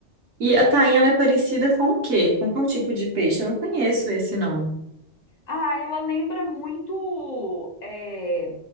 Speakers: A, on the right (about 70°); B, on the left (about 50°).
A: E a tainha, ela é parecida com o quê? Com qual tipo de peixe? Eu não conheço esse, não.
B: Ah, ela lembra muito. é,